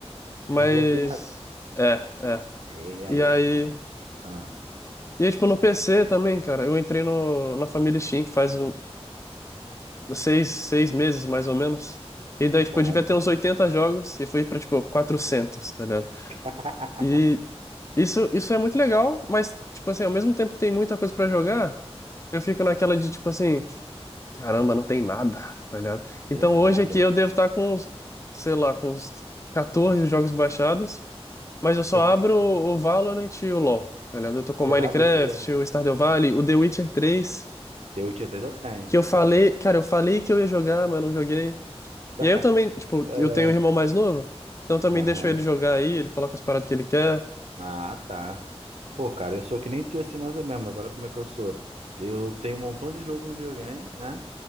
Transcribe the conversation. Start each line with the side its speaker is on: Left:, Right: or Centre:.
Left: Mas.
Right: Desbloqueado?
Left: É, é.
Right: E aí,
Left: E aí.
Right: ó. Ah,
Left: E aí, tipo, no PC também, cara, eu entrei no, na família Steam faz um, seis, seis meses, mais ou menos. E daí, tipo,
Right: bom,
Left: eu devia ter
Right: bom.
Left: uns 80 jogos e fui pra, tipo, quatrocentos tá ligado?
Right: <laughs>
Left: E isso, isso é muito legal, mas, tipo assim, ao mesmo tempo que tem muita coisa pra jogar, eu fico naquela de, tipo assim, caramba, não tem nada, tá ligado?
Right: Não tem
Left: Então
Right: nada.
Left: hoje aqui eu devo estar com, uns, sei lá, com uns 14 jogos baixados, mas eu só
Right: <laughs>
Left: abro o o Valorant e o LoL, tá ligado? Eu tô com
Right: Será
Left: o Minecraft,
Right: você?
Left: o Stardew Valley, o The Witcher 3...
Right: Eu tinha três, eu tenho,
Left: que eu
Right: você
Left: falei,
Right: tem.
Left: cara, eu falei que eu ia jogar, mas não joguei.
Right: <laughs>
Left: E aí eu também, tipo,
Right: É.
Left: eu tenho um irmão mais novo, então eu também
Right: Aham.
Left: deixo ele jogar aí, ele coloca as paradas que ele quer.
Right: Ah, tá. Pô, cara, eu sou que nem tu assim mais ou menos, mas olha como é que eu sou. Eu tenho um montão de jogo no videogame, né?